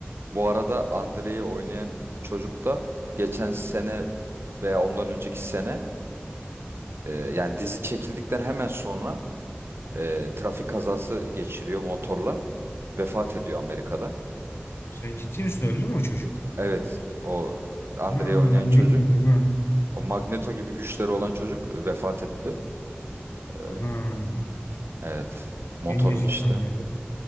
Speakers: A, on the right (about 80°); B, on the left (about 85°).
A: Bu arada Andre'yi oynayan çocuk da geçen sene veya ondan önceki sene e, yani dizi çekildikten hemen sonra e, trafik kazası geçiriyor motorla. Vefat ediyor Amerika'da.
B: Sen ciddi misin? Öldü mü o çocuk?
A: Evet o Andre'yi
B: Ana
A: oynayan
B: ben
A: çocuk
B: bilmiyordum ha.
A: o Magneto gibi güçleri olan çocuk e, vefat etti. Ee,
B: Ana
A: evet motorun
B: gencecik
A: işte
B: lan yazık.